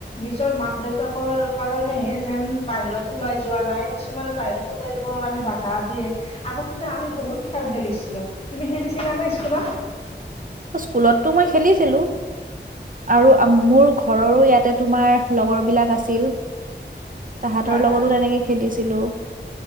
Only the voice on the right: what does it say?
স্কুলতটো মই খেলিছিলোঁ। আৰু আম-মোৰ ঘৰৰো ইয়াতে তোমাৰ লগৰ বিলাক আছিল। তাহতঁৰ
লগতো
তেনেকে খেলিছিলোঁ।